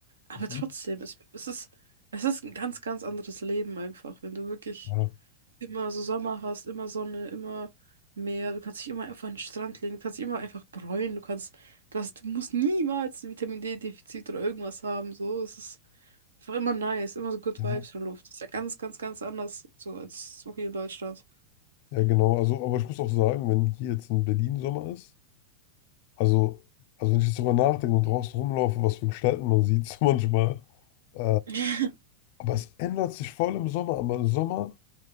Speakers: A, on the right; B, on the left.
A: aber
B: mhm,
A: trotzdem, es, es ist, es ist ein ganz, ganz anderes Leben einfach, wenn du wirklich
B: ja,
A: immer so Sommer hast, immer Sonne, immer Meer, du kannst dich immer einfach an den Strand legen, du kannst dich immer einfach bräunen, du kannst, du hast, du musst niemals ein Vitamin D-Defizit oder irgendwas haben, so, es ist einfach immer nice, immer so Good
B: ja,
A: Vibes von Luft, das ist ja ganz, ganz, ganz anders, so, als so hier in Deutschland.
B: ja, genau. Also, aber ich muss auch sagen, wenn hier jetzt in Berlin Sommer ist, also, also wenn ich jetzt drüber nachdenke und draußen rumlaufe, was für Gestalten man sieht, <laughs> so manchmal, äh,
A: <laughs>
B: aber es ändert sich voll im Sommer, aber im Sommer